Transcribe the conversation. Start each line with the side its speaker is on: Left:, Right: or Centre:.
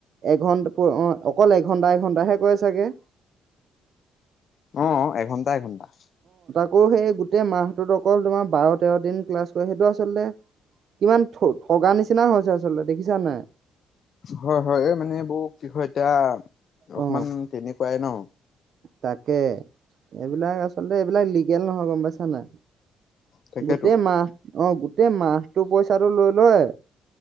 Right: এঘন্টা অ', অকল এঘন্টা-এঘন্টাহে কৰে চাগে?
Left: অ', এঘন্টা-এঘণ্টা।
Right: আকৌ সেই গোটেই মাহটোত অকল তোমাৰ বাৰ-তেৰ দিন ক্লাছ কৰে, সেইটো আচলতে কিমান ঠগা নিচিনা হৈছে আচলতে, দেখিছা নে?
Left: হয় হয়, এই মানে এইবোৰ কি হয় এতিয়া! অকমান
Right: অ
Left: তেনে কোৱাই ন?
Right: তাকে, এইবিলাক আচলতে, এইবিলাক লিগেল নহয় গম পাইছা নাই?
Left: তাকেতো
Right: গোটেই মাহ, অ' গো টেই মাহটো পইচাটো লৈ লয়।